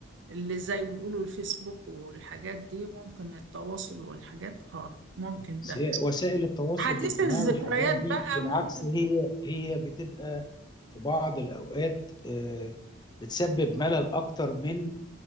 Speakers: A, on the right; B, on the left.
A: اللي زي ما بيقولوا الفيسبوك والحاجات دي ممكن التواصل والحاجات آه ممكن
B: سي-
A: ده
B: وسائل التواصل
A: حديث
B: الاجتماعي
A: الذكريات
B: والحاجات
A: بقى
B: دي بالعكس
A: ممكن
B: هي هي بتبقى في بعض الأوقات آه، بتسبب ملل أكتر من